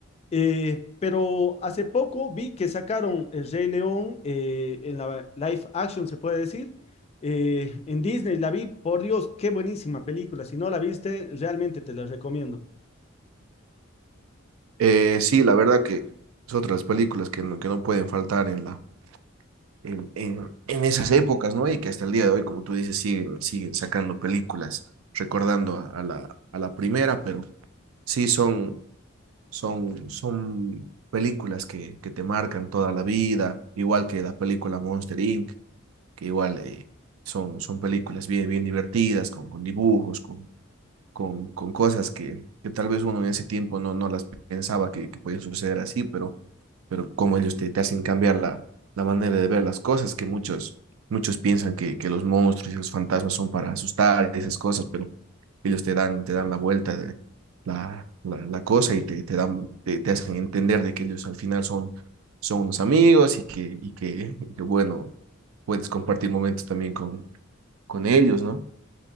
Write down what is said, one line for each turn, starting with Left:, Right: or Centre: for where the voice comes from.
Left: Eh, pero hace poco vi que sacaron El Rey León eh, en la live action, se puede decir, eh, en Disney. La vi, por Dios, qué buenísima película. Si no la viste, realmente te la recomiendo.
Right: Eh, sí, la verdad que es otra de las películas que no, que no pueden faltar en la, en, en, en esas épocas, ¿no? Y que hasta el día de hoy, como tú dices, siguen, siguen sacando películas, recordando a, a la, a la primera, pero sí son, son, son películas que, que te marcan toda la vida, igual que la película Monster Inc., que igual eh, son, son películas bien, bien divertidas, con, con dibujos, con con, con cosas que, que tal vez uno en ese tiempo no, no las pensaba que, que podían suceder así, pero, pero como ellos te, te hacen cambiar la, la manera de ver las cosas, que muchos, muchos piensan que, que los monstruos y los fantasmas son para asustar y esas cosas, pero ellos te dan, te dan la vuelta de la, la, la cosa y te, te dan, te, te hacen entender de que ellos al final son, son unos amigos y que, y que, y que, bueno, puedes compartir momentos también con, con ellos, ¿no?